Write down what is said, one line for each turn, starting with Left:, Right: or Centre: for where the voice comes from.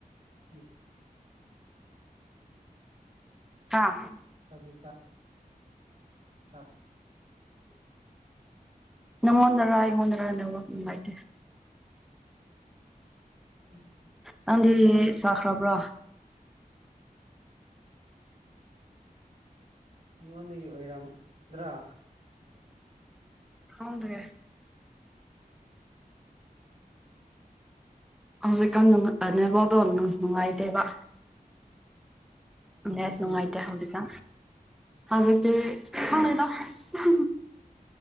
Right: ꯌꯦ
Centre: ꯑ
Right: ꯕꯤꯆꯥ ꯑ
Centre: ꯎꯝ ꯅꯗꯔ ꯏꯉꯗꯔ ꯅꯥꯏꯇꯦ
Right: ꯎꯝ
Centre: ꯅꯪꯗꯤ ꯆꯈ꯭ꯔꯕ꯭ꯔꯣ
Right: ꯑꯩꯉꯣꯟꯗꯒꯤ ꯑꯣꯏꯔꯝꯗ꯭ꯔꯥ
Centre: ꯊꯗꯦ ꯍꯧꯖꯤꯛꯀꯥꯟ ꯅꯕꯣꯗꯣꯅꯨꯡ ꯅꯨꯡꯉꯥꯏꯇꯦꯕ
Right: ꯍꯧꯖꯤꯛꯇꯤ
Centre: ꯃꯦ ꯅꯨꯡꯉꯥꯏꯇꯦ ꯍꯧꯖꯤꯛꯀ ꯍꯧꯖꯤꯛꯛꯇ ꯈꯗ ꯎ